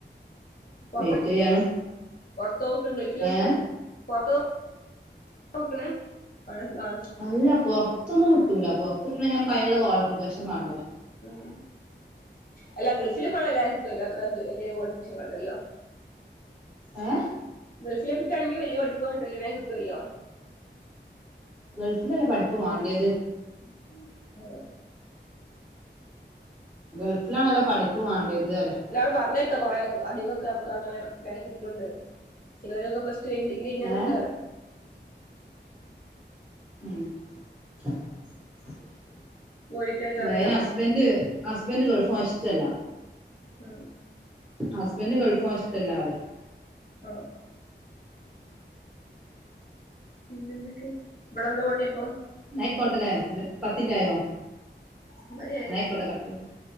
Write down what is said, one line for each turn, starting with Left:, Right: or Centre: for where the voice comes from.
Left: <unintelligible>
Centre: വെയിറ്റ് ചെയ്യാണ്
Left: പൊർത്താ നോക്ക്ണ് ഗൾഫിലോക്ക്ണ്?
Centre: ഏഹ്
Left: പൊർത്തൊ ക്ക്ണ് അതെന്താ
Centre: അല്ല പൊർത്തൊന്നും കിട്ടൂല, പൊർത്ത്ട്ടണെങ്കി ഞമ്മക്ക് അയിന്ള്ള ക്വാളിഫിക്കേഷൻ മാണ്ടേ.
Left: ഉം അല്ല ഗൾഫിലൊക്കാണെ എല്ലാരും കിട്ടൊല്ലോ, അത്ര വൽയൊരു കോളിഫികേഷൻ വേണ്ടല്ലോ
Centre: ഏഹ്
Left: ഗൾഫില് കിട്ടാണെങ്കി വല്യ പഠിപ്പ് വാണ്ടല്ലോ, വേം കിട്ട്വല്ലോ
Centre: ഗൾഫിലല്ലേ പഠിപ്പ് വാണ്ടിയത്
Left: <unintelligible> ആഹ്
Centre: ഗൾഫിലാണല്ലോ പഠിപ്പ് വാണ്ടേത് പറ്യ.
Left: എല്ലാരും പർഞ്ഞേക്ക കൊറേ അധികൊക്കെ നമുക്കങ്ങനെ വേം കിട്ട്ണ്ട്. ചെലരൊക്കെ പ്ലസ്ടു കയ്ഞ്ഞ് ഡിഗ് ഗ്രി കയ്ഞ്ഞാണ്ട്
Centre: ഏഹ്
Left: കേറ
Centre: ഉം. <unintelligible>
Left: ജോലിക്കൊക്കെ കേറിയല്ലോ അവിടെ
Centre: ഹസ്ബന്റ് ഹസ്ബൻഡ് ഗൾഫ് പോവാൻ ഇഷ്റ്റല്ല.
Left: ഉം
Centre: ഹസ്ബൻഡ് ഗൾഫ് പോവാൻ ഇഷ്ടല്ലാ <unintelligible>
Left: ആഹ് പിന്നെന്തെക്കെ, ഇബടെന്ത പണി അപ്പോ?
Centre: ന്നായ്ക്കോട്ടലേ, പിന്നെ പത്തിൻ റ്റായോ?
Left: ഇന്നാ ശരി
Centre: ഇന്നായ്ക്കോട്ടെ കട്ട <unintelligible>